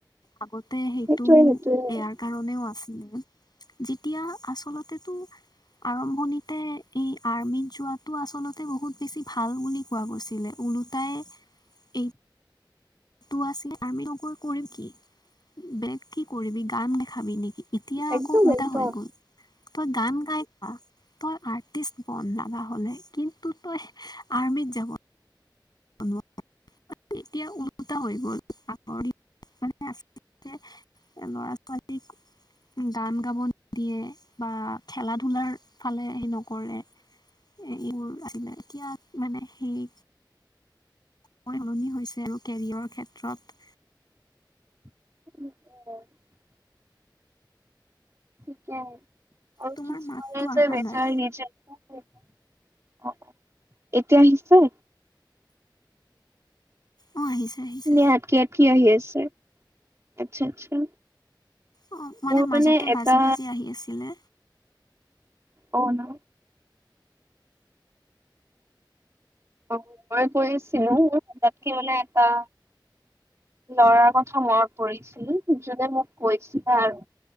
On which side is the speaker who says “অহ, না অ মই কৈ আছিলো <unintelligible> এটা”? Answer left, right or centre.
Right